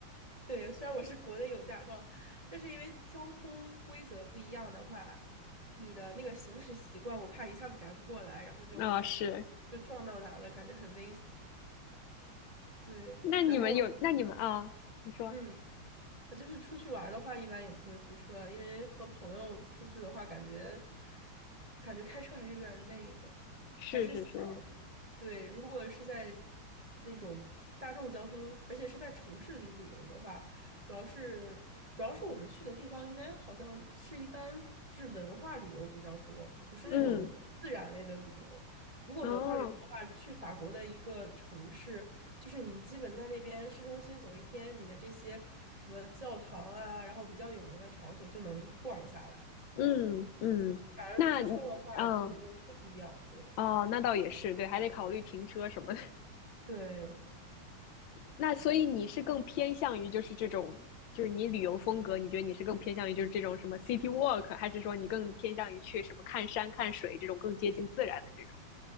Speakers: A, on the right (about 35°); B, on the left (about 75°).
A: 对，虽然我是国内有驾照，但是因为交通规则不一样的话，你的那个行驶习惯，我怕一下子改不过来，然后就
B: 那是，
A: 就撞到哪了，感觉很危险。对，
B: 那你们有，
A: 然后
B: 那你们啊、你说
A: 嗯，呃就是出去玩儿的话，一般也不会租车，因为和朋友出去的话，感觉感觉开车还是有点儿累的，
B: 是是是是，
A: 还是想，对，如果是在那种大众交通，而且是在城市里旅游的话，主要是主要是我们去的地方，应该好像是一般就是文化旅游比较多，不是那种自然类的旅游。
B: 嗯，
A: 如果文化旅游的话，
B: 哦，
A: 去法国的一个城市，就是你基本在那边市中心走一天，你的这些什么教堂啊，然后比较有名的场所就能逛下来。
B: 嗯嗯，
A: 反而租车的话就没有什么必要。
B: 那你，嗯
A: 对，
B: 哦，那倒也是，对，还得考虑停车什么的，
A: 对，
B: 那所以你是更偏向于就是这种，就是你旅游风格，你觉得你是更偏向于就是这种什么 city walk，还是说你更偏向于去什么看山看水这种更接近自然的这种？